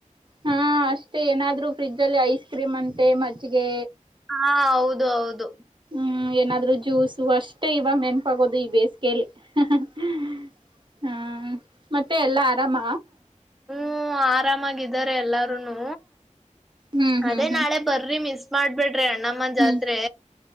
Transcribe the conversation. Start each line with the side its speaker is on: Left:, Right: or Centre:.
Right: ಹಾ ಅಷ್ಟೇ ಏನಾದ್ರು ಫ್ರಿಡ್ಜ್ ಅಲ್ಲೆ ಐಸ್ ಕ್ರೀಮ್ ಅಂತೆ ಮಜ್ಗೆ
Centre: ಹಾ ಹೌದು ಹೌದು
Right: ಹ್ಮ ಏನಾದ್ರು ಜ್ಯೂಸು ಅಷ್ಟೇ ಇವಾಗ ನೆನ್ಪಾಗೋದು ಈ ಬೇಸ್ ಕೇಳಿ ಹ್ ಹ ಹ್ಮ ಹ ಮತ್ತೆ ಎಲ್ಲಾ ಆರಾಮ.
Centre: ಹು ಆರಾಮಾಗಿದ್ದಾರೆ ಎಲ್ಲಾರೂನು.
Right: ಹ್ಮ್ ಹ್ಮ್
Centre: ಅದೇ
Right: ಹ್ಮ್
Centre: ನಾಳೆ ಬರ್ರಿ ಮಿಸ್ ಮಾಡ್ಬೇಡ್ ಟ್ರೆ ಅಣ್ಣಮ್ಮ
Right: ಹ್ಮ್
Centre: ಜಾತ್ರೆ.